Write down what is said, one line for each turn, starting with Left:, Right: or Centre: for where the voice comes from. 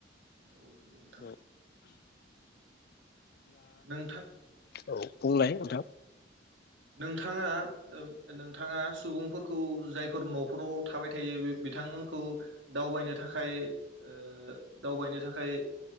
Right: औ नंगौ नोंथां
Left: औ।
Right: नोंथां
Left: औ बुंलाय नोंथां।
Right: नोंथाङा ओ नोंथाङा सुबुंफोरखौ जायफोर न'फोराव थाबाय थायो बि बिथांमोनखौ दावबायनो थाखाय ओ दावबायनो थाखाय